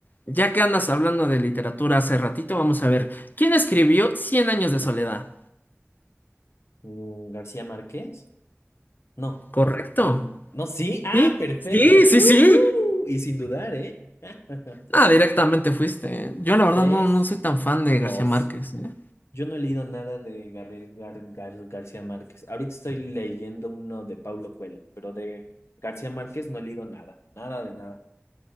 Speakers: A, on the left; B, on the left.
A: ya que andas hablando de literatura hace ratito, vamos a ver. ¿Quién escribió Cien años de soledad?
B: Mm, ¿García Márquez? No.
A: ¿Correcto?
B: Mm, no, sí. Ah,
A: ¿Sí?
B: perfecto.
A: Sí, sí,
B: ¡Uhú!
A: sí.
B: Y sin dudar, ¿eh? <laughs>
A: Ah, directamente fuiste. ¿eh? Yo la verdad
B: Tres,
A: no, no soy tan fan de García
B: dos.
A: Márquez. ¿eh?
B: Yo no he leído nada de Gabriel Gar- Gar- García Márquez. Ahorita estoy leyendo uno de Paulo Coelho, pero de García Márquez no he leído nada, nada de nada.